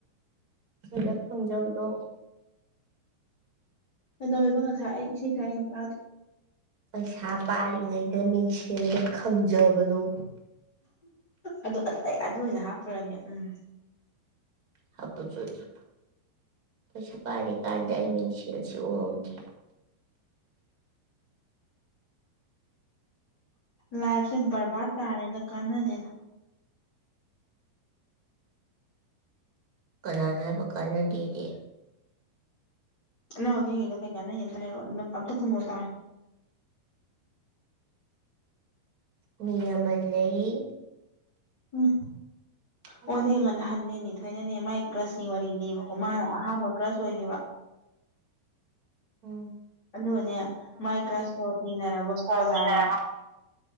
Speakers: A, on the right; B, on the left.
A: ꯁꯤꯂ ꯈꯪꯖꯕꯗꯣ
B: ꯀꯗꯧ ꯏꯕ ꯉꯁꯥꯏ ꯑꯩ ꯏꯁꯩ ꯀꯥꯏ ꯑꯩꯅ ꯄꯥꯗꯦ
A: ꯄꯩꯁꯥ ꯄꯥꯔꯤꯉꯩꯗ ꯃꯤꯡꯁꯦꯜꯗ ꯈꯪꯖꯕꯗꯣ
B: ꯑꯗꯨ ꯑꯩ ꯑꯗꯨ ꯑꯣꯏꯅ ꯍꯥꯞꯄꯨꯔꯒ ꯎꯝ
A: ꯍꯥꯄ ꯆꯗ ꯄ ꯄꯔꯤ ꯀꯥꯟꯗꯥꯔ ꯃꯤꯁꯦꯜ ꯁꯤ ꯑ ꯊꯥꯏ
B: ꯂꯥꯏꯐꯁꯦ ꯔꯕꯥꯗ ꯇꯥꯔꯦꯗ ꯀꯥꯅꯥ ꯗꯦꯗ
A: ꯀꯅꯥꯅ ꯍꯥꯏꯕ ꯀꯥꯟꯅꯗꯒꯦ
B: ꯅꯪ ꯌꯦꯉꯗꯣ ꯀꯩꯀꯥꯟꯅ ꯌꯦ ꯍꯥꯏꯔ ꯑꯝꯇ ꯀꯨꯝꯃ ꯇꯥꯏ
A: ꯃꯤ ꯑꯃ ꯂꯩ꯫
B: ꯎꯝ
A: ꯎꯝ
B: ꯑꯣꯅꯦ ꯉꯟꯅ ꯍꯟꯅꯦ ꯅꯦꯊꯣꯏꯅꯅꯦ ꯃꯥꯏ ꯀ꯭ꯔꯁ ꯒꯤ ꯋꯥꯔꯤ ꯂꯤꯕꯀꯣ ꯃꯥꯅ ꯑꯍꯥꯟꯕ ꯀ꯭ꯔꯁ ꯑꯣꯏꯒꯤꯕ
A: ꯎꯝ
B: ꯑꯗꯨꯒꯅꯦ ꯃꯥꯏ ꯀ꯭ꯔꯁꯇꯣ ꯊꯦꯡꯅꯔꯕ
A: ꯁꯣꯔ
B: ꯕꯖꯥꯔꯗ
A: ꯍꯣꯏꯅꯔꯝꯃꯣ